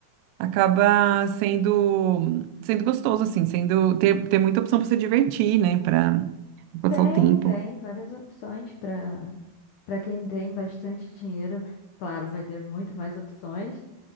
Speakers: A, on the right; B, on the left.
A: acaba sendo, sendo gostoso, assim, sendo ter, ter muita opção para se divertir, né? Para passar
B: Tem,
A: o tempo.
B: tem várias opções para para quem tem bastante dinheiro. Claro, vai ter muito mais opções.